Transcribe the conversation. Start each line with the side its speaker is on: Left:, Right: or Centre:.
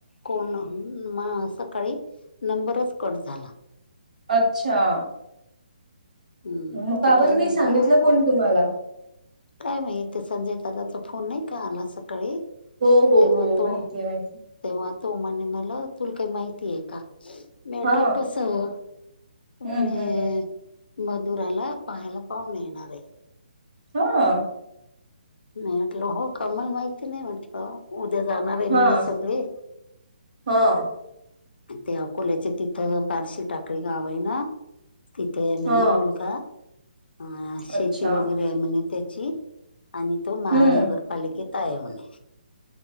Left: कोण हम्म म सकाळी नंबरच कट झाला.
Right: अच्छा.
Left: हम्म
Right: मग का
Left: ते
Right: बर
Left: काय
Right: नाही
Left: झालं
Right: सांगितलं कोण तुम्हाला
Left: काय माहित ते संजय दादाचा फोन नाही का आला स काळी
Right: हो हो
Left: तेव्हा
Right: हो
Left: तो
Right: माहितीय माहिती
Left: तेव्हा तो म्हणे मला तुल काय माहिती आहे का? मी म्हटलं
Right: हा
Left: कसं हो तो म्हणे
Right: हम्म हम्म हम्म
Left: मधुराला पाहायला पाहूणे येणार आहे.
Right: हा
Left: मी म्हटलं हो का मला माहिती नाही म्हटलं. उद्या जाणार आहे
Right: हा
Left: म्हणे सगळे
Right: हा
Left: ते आकोल्याचे तिथं बारशी टाकळी गाव आहे ना तिथे म्हणे
Right: हा
Left: मुलगा आ शेती
Right: अच्छा
Left: वगैरे आहे म्हणे त्याची आणि तो महानगरपालिकेत
Right: हम्म
Left: आहेत म्हणे.